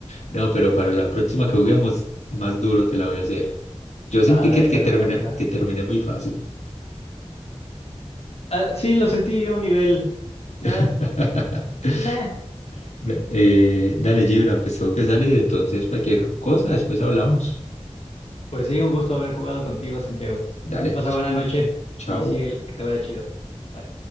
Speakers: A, on the left; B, on the left.
A: No, pero para la próxima que juguemos, más duro te la voy a hacer. Yo
B: Va,
A: sentí que,
B: de acuerdo,
A: que terminé,
B: va, que va.
A: que terminé muy fácil.
B: Ah, sí, lo sentí a un nivel.
A: <laughs>
B: eh, meh.
A: Da- eh, dale, Gibran, pues tengo que salir, entonces cualquier cosa, después hablamos.
B: Pues sí, un gusto haber jugado contigo, Santiago.
A: Dale,
B: Pasa
A: ch-
B: buena noche
A: chao.
B: y sigue el que te vaya chido. Bye.